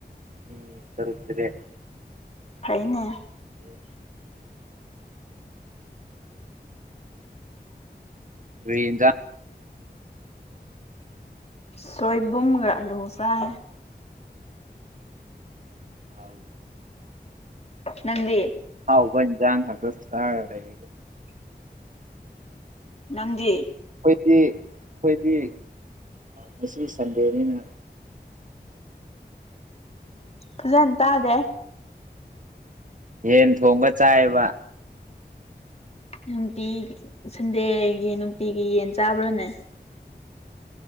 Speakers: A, on the right; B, on the left.
A: ꯃꯤ ꯇꯔꯨꯛꯇꯔꯦ
B: ꯐꯩꯅꯦ
A: ꯎ ꯂꯩꯗꯣ
B: ꯁꯣꯏꯏꯕꯨꯝ ꯣꯁꯥ ꯍꯥꯏ
A: ꯍꯥꯎ
B: ꯅꯪꯗꯤ
A: ꯍꯥꯎꯕꯅꯤꯖ ꯊꯥꯡꯖꯁꯨ ꯂꯩ
B: ꯅꯪꯗꯤ
A: ꯑꯩꯣꯏꯗꯤ ꯑꯩꯈꯣꯏꯗꯤ ꯉꯁꯤ ꯁꯟꯗꯦꯅꯤꯅ
B: ꯐꯖꯅ ꯇꯥꯗꯦ
A: ꯍꯦꯟ ꯊꯣꯡꯕ ꯆꯥꯏꯕ
B: ꯅꯨꯡꯇꯤ ꯁꯟꯗꯦꯒꯤ ꯅꯨꯡꯇꯤꯒꯤ ꯌꯦꯟ ꯆꯥꯕ꯭ꯔꯥꯅꯦ